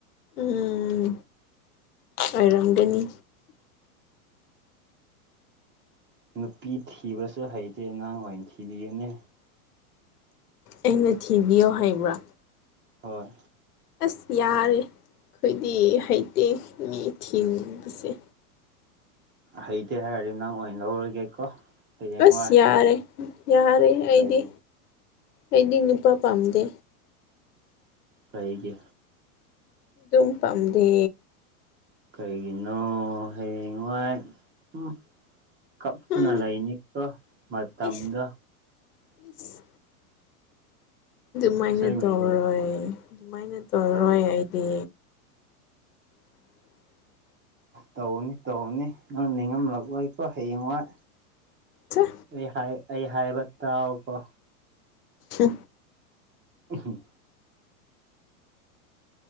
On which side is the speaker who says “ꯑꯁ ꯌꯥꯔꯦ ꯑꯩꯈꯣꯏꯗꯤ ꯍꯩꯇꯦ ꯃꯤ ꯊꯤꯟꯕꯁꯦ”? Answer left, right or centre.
Left